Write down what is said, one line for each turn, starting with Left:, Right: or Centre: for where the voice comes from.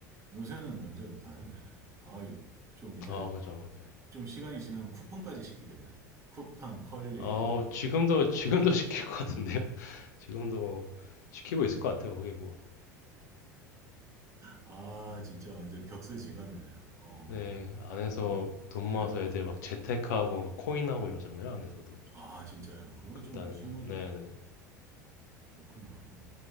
Right: 요새는 완전 다르네. 아, 이- 좀 이제
Left: 아, 그죠. 네.
Right: 좀 시간이 지나면 쿠팡까지 시키겠네. 쿠팡, 컬리
Left: 어,
Right: 해가지고.
Left: 지금도, 지금도 <laughs> 시킬 것 같은데요? 지금도 뭐 시키고 있을 것 같아요. 거기 뭐.
Right: 아, 진짜 완전 격세지감이네요. 어,
Left: 네. 안에서
Right: 음.
Left: 돈 모아서
Right: 예.
Left: 애들 막 재테크하고 막 코인하고 이러잖아요. 안에서도.
Right: 아, 진짜요. 그건
Left: 금단에서.
Right: 좀 심하다.
Left: 네네.
Right: 그렇구나.